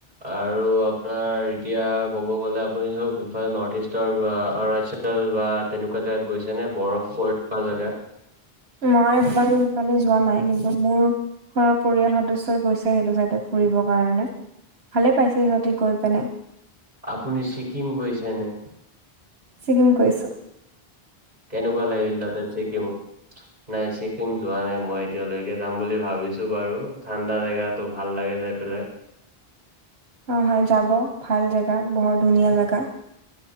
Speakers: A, on the right (about 40°); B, on the right (about 80°).
A: আৰু আপোনাৰ এতিয়া ক'ব গ'লে আপুনি চব ইফালে নৰ্থ ইষ্টৰ <unintelligible> তেনেকুৱা জেগাত গৈছেনে, বৰফ পৰি থাকা জাগাত?
B: মই বাহিৰফালে যোৱা নাই কিন্তু মোৰ ঘৰৰ পৰিয়াল সদস্যই গৈছে সেইটো চাইডে ফুৰিবৰ কাৰণে। ভালে পাইছে সিহঁতি গৈ পিনে।
A: আপুনি ছিকিম গৈছেনে?
B: ছিকিম গৈছো।
A: কেনেকুৱা লাগিল তাতে চিকিমত? নাই ছিকিম যোৱা নাই মই এতিয়ালৈকে যাম বুলি ভাবিছো বাৰু ঠাণ্ডা জেগাত তো ভাল লাগে যাই পেলাই।
B: অ হয় যাব, ভাল জেগা বৰ ধুনীয়া জেগা,